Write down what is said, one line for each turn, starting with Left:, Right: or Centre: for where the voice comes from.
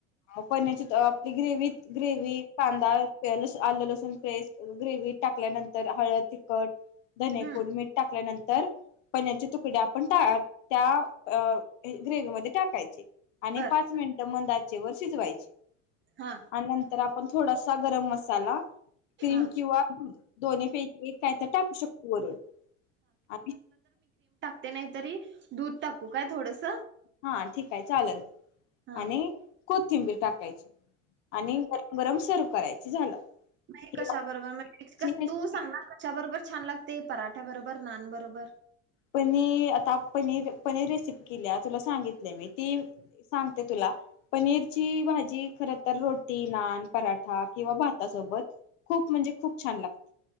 Left: पण्याची आपली ग्रेवत ग्रेव कांदा आलं लसूण पेस् ग्रेवत टाकल्या तर हळद तिखट धनीपूड
Right: हम्म
Left: मीठ टाकल्यानंतर तर पनरचे तुकडे आपण त्या ग्रेवीमध्ये टाकायचे आणि
Right: बर
Left: पाच मिनट म वर्षीच व्हायचे
Right: हा
Left: आणिनंतर आप पण थोडासा गरम मसाला क्रीम
Right: हा
Left: किंवा दोन फे म काय तर टाकू शकतो वरून आ्ही
Right: ते नाहीतरी दूध टाकू काय थोडस
Left: हा ठीक आहे चालेल
Right: हा
Left: आणि कोथिंबीर टाकायची आणि गरम गरम सर् करायची झालं
Right: म
Left: ही
Right: कशा बरोबर म्हणजे
Left: ची रेसिपी
Right: तू सांगणार कशाबरोबर छान लागते पराठ्या बरोबर नान बरोबर
Left: पनी आता पनीर पनीर रेसिपी केली तुला सांगितले मी ती सांगते तुला पनीरची भाजी खर तर रोटी नान पराठा किंवा भातासोबत खूप म्हणजे खूप छान लागते